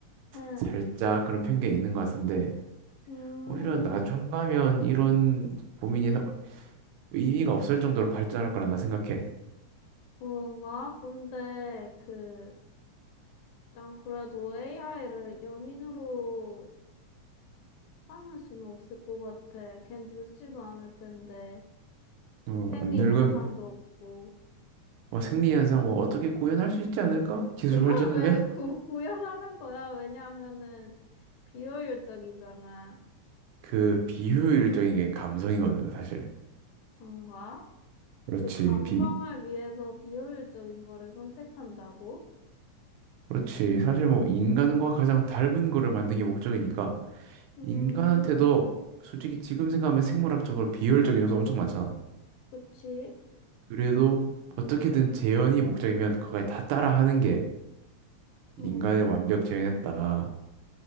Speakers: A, on the left (about 80°); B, on the right (about 85°).
A: 응,
B: 살짝 그런 편견이 있는 것 같은데
A: 음,
B: 오히려 나중 가면 이런 고민이 사- 의미가 없을 정도로 발전할 거라 나 생각해.
A: 그런가? 근데 그 난 그래도 AI를 연인으로 까맬 수는 없을 것 같아. 걘 늙지도 않을 텐데.
B: 어,
A: 생리
B: 안 늙으면
A: 현상도 없고.
B: 뭐 생리 현상 뭐 어떻게 구현할 수 있지 않을까? 기술
A: 그걸
B: 발전하면
A: 왜 구, <laughs> 구현하는 거야? 왜냐면은 비효율적이잖아.
B: 그 비효율적인 게 감성이거든, 사실.
A: 그런가?
B: 그렇지.
A: 그 감성을
B: 비
A: 위해서 비효율적인 거를 선택한다고?
B: 그렇지. 사실 뭐 인간과 가장 닮은 거를 만든 게 목적이니까
A: 음,
B: 인간한테도 솔직히 지금 생각하면 생물학적으로 비효율적인 요소 엄청 많잖아.
A: 그치?
B: 그래도 어떻게든 재현이 목적이면 그걸 다 따라하는 게
A: 음,
B: 인간을 완벽 재현했다.